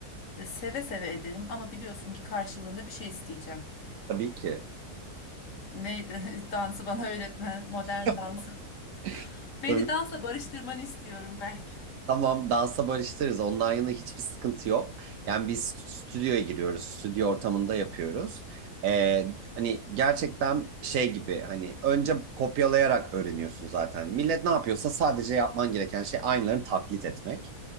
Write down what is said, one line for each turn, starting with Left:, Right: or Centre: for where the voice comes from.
Left: E, Seve seve ederim ama biliyorsun ki karşılığında bir şey isteyeceğim.
Right: Tabii ki.
Left: Neydi? <laughs> Dansı bana öğretmen, modern
Right: <laughs>
Left: dans. <laughs> Beni
Right: Tabii
Left: dansla barıştırmanı istiyorum Berk.
Right: Tamam dansa barıştırırız. Ondan yana hiçbir sıkıntı yok. Yani biz stüdyoya giriyoruz. Stüdyo ortamında yapıyoruz. Ee, hani gerçekten şey gibi hani önce kopyalayarak öğreniyorsun zaten. Millet ne yapıyorsa sadece yapman gereken şey aynılarını taklit etmek.